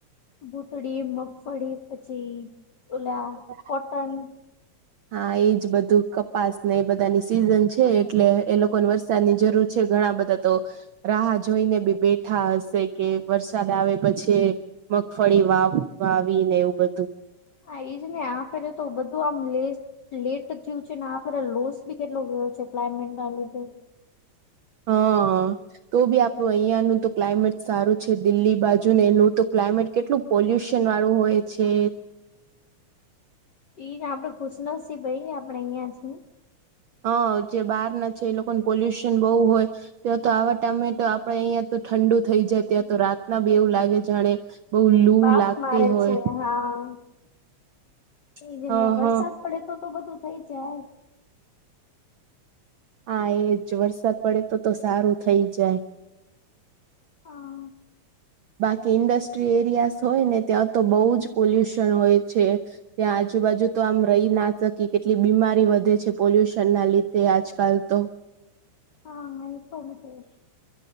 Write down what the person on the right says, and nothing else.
હ <inaudible>
હા એજ બધું કપાસ ને એ બધાની સિઝન છે એટલે એ લોકોને વરસાદની જરૂર છે ઘણા બધા તો રાહ જોઈને બી બેઠ ા હશે કે વરસાદ આવે પછી મગફળી વાવ વાવી ને એવું બધું.
હા. તો બી આપણું અહિયાંનું તો ક્લાયમેટ સારું છે દિલ્હી બાજુ ને એનું તો ક્લાયમેટ કેટલું. પોલ્યુશન વાળું હોય છે.
હા જે બહાર ના છે એ લોકોને પોલ્યુશન બહુ હોય ત્યાં તો આવા ટાઈમ મે તો આપડે અહિયાં તો ઠંડુ થઈ જાય ત્યાં તો રાતના બી એવું લાગે જાણે બહુ લૂ
લાગતી
હોય
હ હ
હા
હા એજ વરસાદ પડે તો તો સારું થઇ જાય.
બાકી ઇન્ડસ્ટ્રી એરિયા હોય ને ત્યાં તો બહુ જ પોલ્યુશન હોય છે. ત્યાં આજુબાજુ તો આમ રહી ના શકીયે કેટલી બીમારી વધે છે પોલ્યુશન ના લીધે આજકાલ તો.